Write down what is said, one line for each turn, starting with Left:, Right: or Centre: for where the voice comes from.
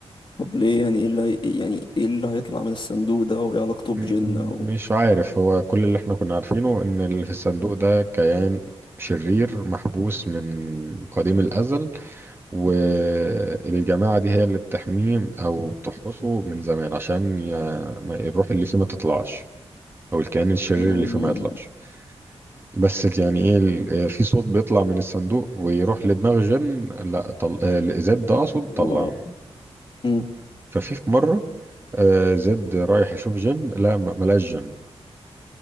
Left: طب ليه يعني ايه اللي هي... يعني ايه اللي هيطلع من الصندوق ده وايه علاقته بجن
Right: م-
Left: او
Right: مش عارف هو كل اللي احنا كنا عارفينه ان اللي في الصندوق ده كيان شرير محبوس من قديم الأزل والجماعة دي هي اللي بتحميه أو بتحرسه من زمان عشان ي... ما الروح اللي فيه ما تطلعش أو الكائن الشرير
Left: مم.
Right: اللي فيه ما يطلعش بس يعني إيه ال- آه، في صوت بيطلع من الصندوق ويروح لدماغ جن لا طل... آه، زد ده أقصد طلعني
Left: اه مم.
Right: ففي في مرة آه، زد رايح يشوف جن لا ما- ملاش جن